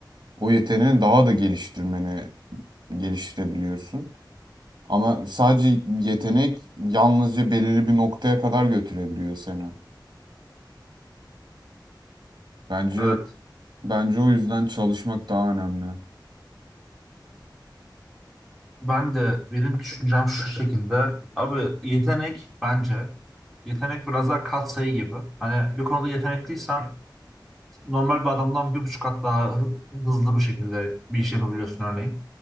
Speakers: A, on the right; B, in the centre.
A: o yeteneğini daha da geliştirmeni geliştirebiliyorsun. Ama sadece yetenek yalnızca belirli bir noktaya kadar götürebiliyor seni. Bence
B: Evet.
A: bence o yüzden çalışmak daha önemli.
B: Ben de benim düşüncem şu şekilde. Abi yetenek bence yetenek biraz daha katsayı gibi. Hani bir konuda yetenekliysen normal bir adamdan bir buçuk kat daha hı- hızlı bir şekilde bir iş yapabiliyorsun örneğin.